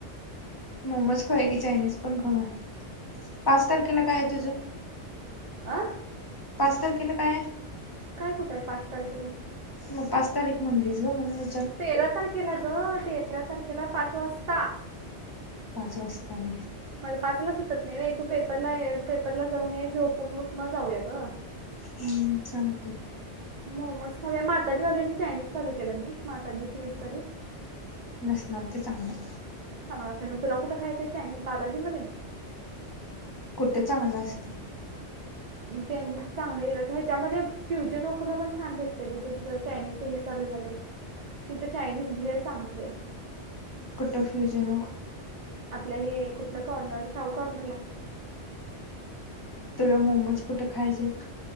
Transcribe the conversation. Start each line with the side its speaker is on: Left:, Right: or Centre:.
Left: मोमोज खाय की चायनीज पण खाऊय पाच तारखेला काय आहे तुझं.
Right: आ.
Left: पाच तारखेलां काय आहे.
Right: काय कुठं आहे पाच तारखेला.
Left: मग पाच तारीख म्हणलीस ग म्हणून वि
Right: तेरा तारखेला ग तेरा तारखेला पाच वाजता.
Left: पाच वाजतावेय.
Right: माझं पाचला सुटत नाही तू पेपरला पेपरला जाऊन ये झोपून उठ मग जाऊया ग.
Left: हम चालतंय.
Right: मोमोज खाऊया मातजी वल्यांने चानीज चालू केलात मी माताी स्वीट्स वाले.
Left: नसणार ते चांगलं.
Right: चांगलं असं मग तुला कुठे खायच्या आहे बालाजी मध्ये.
Left: कुठे चांगलं असते.
Right: त्यांनी चांगलं गलं ह्याच्यामध्ये फ्युजन कोला पण छान भेटतय बघ चायनीज. हे चालू झाले तिथ चायनीज भेळ चांगली हाय.
Left: कुट फ्युजन ओक.
Right: आपलं हे कुठलं कॉर्नर शाहू कॉर्नरला.
Left: तुला मोमोज कुठे खायचे.